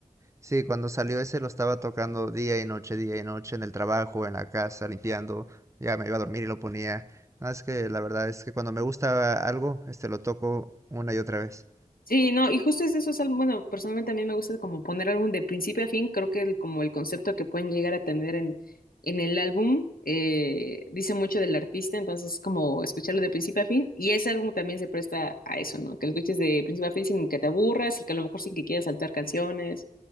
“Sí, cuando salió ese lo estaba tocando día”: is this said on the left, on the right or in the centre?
Right